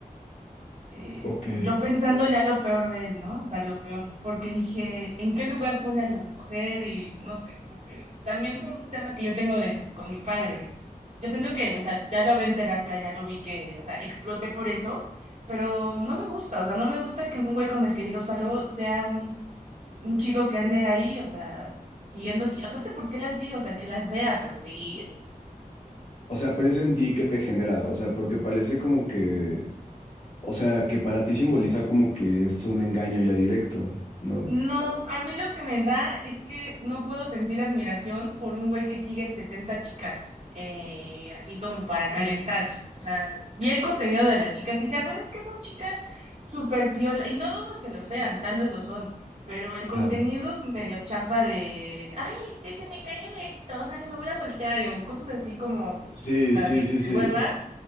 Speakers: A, on the right; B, on the left.
A: Eh,
B: Ok.
A: yo pensando ya lo peor de él, ¿no? O sea, lo peor, porque dije, ¿en qué lugar pone a la mujer? Y no sé, como que también por un tema que yo tengo de, con mi padre. Yo siento que, o sea, ya lo hablé en terapia, ya lo vi que, o sea, exploté por eso, pero no me gusta, o sea, no me gusta que un güey con el que yo salgo sea un un chico que ande ahí, o sea, siguiendo, chi- aparte, ¿por qué las sigue? O sea, que las vea, pero seguir.
B: O sea, pero eso en ti, ¿qué te genera? O sea, porque parece como que, o sea, que para ti simboliza como que es un engaño ya directo, ¿no?
A: No, a mí lo que me da es que no puedo sentir admiración por un güey que sigue 70 chicas, eh, así como para calentar. O sea, vi el contenido de las chicas y dije, "Ah, bueno, es que son chicas súper piola, y no dudo que lo sean, tal vez lo son, pero el contenido
B: Ajá.
A: medio chafa de, ay, este, se me cayó esto, ay, me voy a voltear, o cosas así como,
B: Sí,
A: o sea,
B: sí,
A: de
B: sí, sí.
A: de hueva.